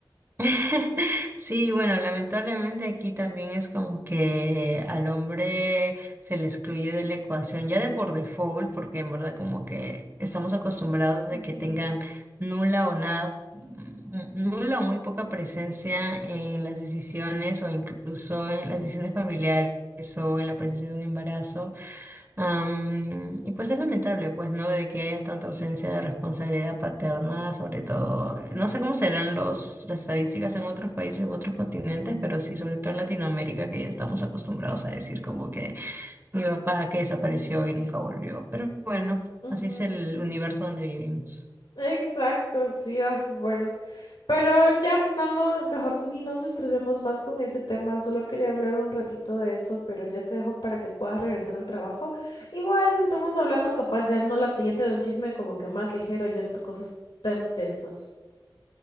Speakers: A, on the right; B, on the left.
A: <laughs> Sí, bueno, lamentablemente aquí también es como que al hombre se le excluye de la ecuación ya de por default, porque en verdad como que estamos acostumbrados de
B: Ujú.
A: que tengan nula o nada, mm, nula o muy poca presencia en las decisiones o incluso en las decisiones familiares o en la presencia de un embarazo. Am, y pues es lamentable, pues, ¿no? De que haya tanta ausencia de responsabilidad paterna, sobre todo, no sé cómo serán los, las estadísticas en otros países, en otros continentes, pero sí, sobre todo en Latinoamérica, que ya estamos acostumbrados a decir como que mi papá que desapareció y nunca volvió. Pero bueno,
B: Ujú.
A: así es el universo donde vivimos.
B: Exacto, sí, ah, bueno. Pero ya, no, no, mejor ni nos estresemos más con ese tema. Solo quería hablar un ratito de eso, pero ya te dejo para que puedas regresar al trabajo. Igual ya estamos hablando capaz ya no la siguiente de un chisme como que más ligero, ya no de cosas tan densas.